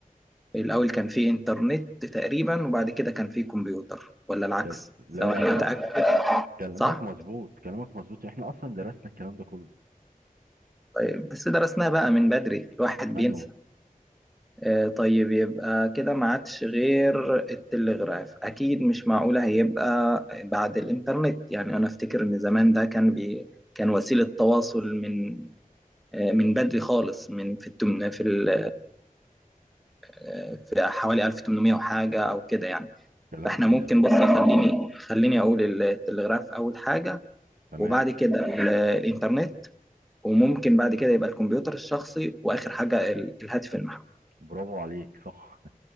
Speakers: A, in the centre; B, on the right (about 80°).
A: الأول كان فيه إنترنت تقريبا وبعد كده كان فيه كمبيوتر ولا العكس
B: كل- لا
A: سواء
B: لا
A: متأكد
B: صح كلامك
A: صح؟
B: مظبوط كلامك مظبوط احنا اصلا درسنا الكلام ده كله
A: طيب بس درسناه بقى من بدري الواحد
B: ايوه
A: بينسى آه، طيب يبقى كده ما عادش غير التلغراف اكيد مش معقولة هيبقى بعد الانترنت يعني انا افتكر ان زمان ده كان بي كان وسيلة تواصل من آه، من بدري خالص من في التمن في ال... آه، في حوالي 1800 وحاجة او كده يعني
B: كلامك
A: فاحنا
B: مظبوط
A: ممكن بص خليني خليني اقول التلغراف اول حاجة
B: تمام
A: وبعد كده ال- الانترنت وممكن بعد كده يبقى الكمبيوتر الشخصي واخر حاجة ال- الهاتف المحمول
B: برافو عليك صح